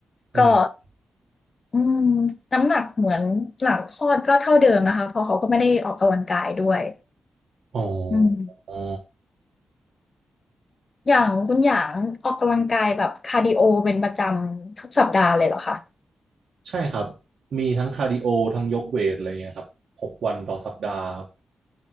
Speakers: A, on the right; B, on the left.
A: อืม
B: ก็อืมน้ำหนักเหมือนหลังคลอดก็เท่าเดิมนะคะเพราะเขาก็ไม่ได้ออกกำลังกายด้วย
A: อ๋อ
B: อืม
A: อ๋อ
B: อย่างคุณหยางออกกำลังกายแบบคาร์ดิโอเป็นประจำทุกสัปดาห์เลยเหรอคะ
A: ใช่ครับ มีทั้งคาร์ดิโอ ทั้งยกเวทอะไรเงี้ยครับหกวันต่อสัปดาห์ครับ